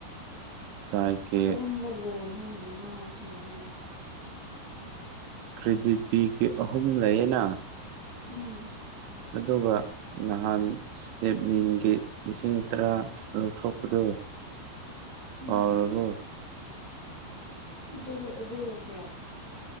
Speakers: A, on the right; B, on the left.
A: ꯇꯥꯏꯞꯀꯤ
B: ꯀꯔꯝꯕ ꯂꯣꯟ ꯃꯉꯥꯁꯤꯅ ꯑꯃꯨꯛ
A: ꯀ꯭ꯔꯤꯗꯤꯠ ꯕꯤꯒꯤ ꯑꯍꯨꯝ ꯂꯩꯌꯦꯅ
B: ꯎꯝ
A: ꯑꯗꯨꯒ ꯅꯍꯥꯟ ꯏꯁꯇꯦꯞꯃꯤꯟꯒꯤ ꯂꯤꯁꯤꯡ ꯇꯔꯥ ꯂꯧꯊꯣꯛꯄꯗꯨ
B: ꯎꯝ
A: ꯀꯎꯔꯕꯣ
B: ꯑꯗꯨ ꯑꯗꯨꯒ ꯀꯌꯥ